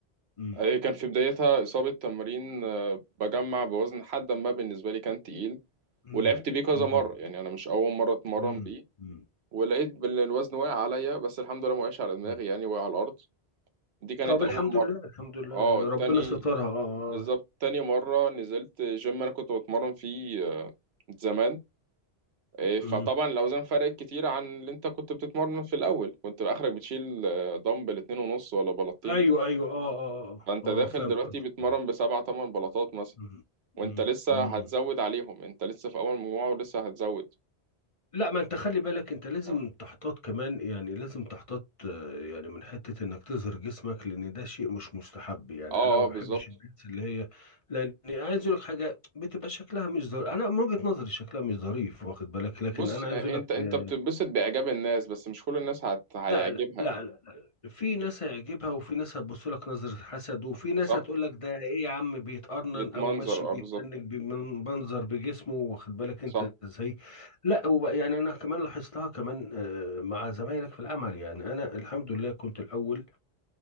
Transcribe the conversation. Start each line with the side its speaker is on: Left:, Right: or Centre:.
Left: مم،
Right: هي كان في بدايتها إصابة تمرين آه، بجمع بوزن حد ما بالنسبة لي كان تقيل
Left: مم،
Right: ولعبت بيه كذا
Left: مم،
Right: مرة يعني أنا مش أول مرة أتمرن
Left: مم، مم،
Right: بيه
Left: مم،
Right: ولقيت بال- الوزن واقع عليا بس الحمد لله ما وقعش على دماغي
Left: مم.
Right: يعني وقع على الأرض دي كانت
Left: طب الحمد
Right: أول مرة
Left: لله الحمد لله
Right: اه
Left: يعني ربنا
Right: تاني
Left: سترها اه
Right: بالظبط
Left: اه اه.
Right: تاني مرة نزلت جيم أنا كنت بتمرن فيه آه، زمان إيه،
Left: مم.
Right: فطبعا الاوزان فرقت كتير عن اللي انت كنت بتتمرن في الاول كنت اخرك بتشيل آه، دمبل اتنين ونص ولا بلاطتين
Left: ايوه ايوه اه اه
Right: فانت
Left: اه
Right: داخل
Left: آه، فاهم
Right: دلوقتي
Left: قصدك
Right: بتمرن
Left: آه.
Right: بسبعة تمن بلاطات مثلا
Left: مم،
Right: وانت
Left: مم،
Right: لسه
Left: مم،
Right: هتزود عليهم انت لسه في اول مجموعة ولسه هتزود
Left: لا ما انت خلي بالك انت لازم
Right: اه
Left: تحتاط كمان يعني لازم تحتاط آه، يعني من حتة انك تظهر جسمك لان ده شيء مش مستحب يعني
Right: اه
Left: انا ما بحبش
Right: بالظبط
Left: الناس اللي هي لان عايز اقول لك حاجة بتبقى شكلها مش ظريف انا من وجهة نظري شكلها مش ظريف واخد بالك لكن
Right: بص
Left: انا
Right: آه،
Left: عايز اقول لك
Right: انت انت
Left: آه،
Right: بتتبسط باعجاب الناس بس مش كل الناس هت... هيعجبها
Left: لا لا لا لا لا. في ناس هيعجبها وفي ناس هتبص لك نظرة حسد وفي ناس
Right: صح
Left: هتقول لك ده ايه يا عم بيتقرنن
Right: بتمنظر
Left: او ماشي
Right: اه
Left: بيتنك
Right: بالظبط
Left: بمنظر بجسمه واخد بالك انت
Right: صح
Left: ازاي لا وبقى يعني انا كمان لاحظتها كمان آه، مع زمايلك في العمل يعني انا الحمد لله كنت الاول